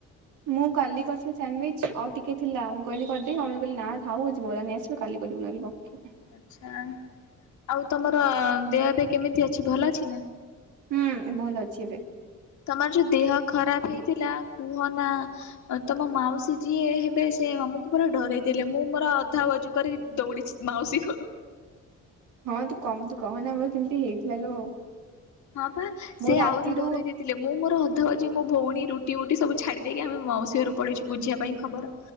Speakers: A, on the right; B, on the left.
A: ମୁଁ କାଲି କରିଥିଲି ସାଣ୍ଡିୱିଚ ଆଉ ଟିକେ ଥିଲା ମୁଁ କିଲି କରିଦବି ମମୀ କହିଲି ନା ଥାଉ ଆଜି ବରା ନେଇଆଶ୍। <unintelligible>
B: ଆଛା ଆଉ ତମର ଦେହ ଏବେ କେମିତି ଅଛି ଭଲ ଅଛି ନା।
A: ହୁଁ ଭଲ ଅଛି ଏବେ।
B: ତମର ଯୋଉ ଦେହ ଖରାପ ହେଇଥିଲା କୁହ ନା ତମ ମାଉସୀ ଯିଏ ହେବେ ସେ ଆମକୁ ପୁରା ଡରେଇ ଦେଲେ ମୁଁ ମୋର ଅଧା କରି ଦଉଡ଼ିଛି ମାଉସି ଘର କୁ।
A: ହଁ ତୁ କମ ତୁ କହନା ମୋର କେମିତି ହେଇଥିଲା ଲୋ।
B: ହଁ ପା
A: ମୋ
B: ସେ
A: ରାତିରୁ
B: ଆହୁରି ଡ଼ରେଇ ଦେଇଥିଲେ ମୁଁ ମୋର ଅଧା ଭାଜି ମୋ ଭଉଣୀ ରୁଟି ଉଟି ସବୁ ଛାଡି ଦେଇକି ଆମେ ମାଉସୀ ଘର ପଡିଛି ବୁଝିବା ପାଇଁ ଖବର।